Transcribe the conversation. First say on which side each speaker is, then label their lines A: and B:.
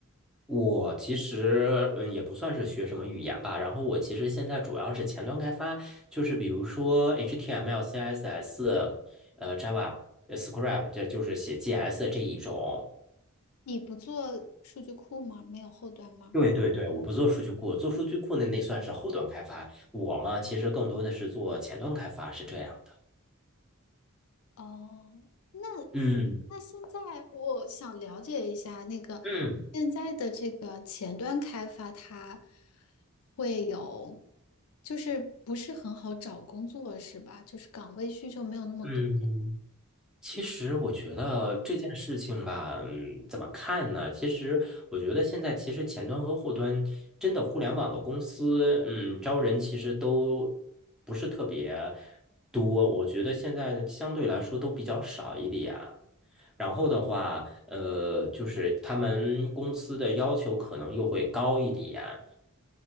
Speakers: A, in the centre; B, on the left (about 75°).
A: 我其实嗯也不算是学什么语言吧，然后我其实现在主要是前端开发，就是比如说 HTML、CSS、呃 Java、呃 Script，这就是写 GS 这一种。
B: 你不做数据库吗？没有后端吗？
A: 对对对，我不做数据库，做数据库那那算是后端开发。我嘛，其实更多的是做前端开发，是这样的。
B: 哦，那
A: 嗯
B: 那现在我想了解一下，那个
A: 嗯
B: 现在的这个前端开发，它会有，就是不是很好找工作是吧？就是岗位需求没有那么多。
A: 嗯。其实我觉得这件事情吧，嗯，怎么看呢？其实我觉得现在其实前端和后端真的互联网的公司，嗯，招人其实都不是特别多，我觉得现在相对来说都比较少一点。然后的话，呃，就是他们公司的要求可能又会高一点，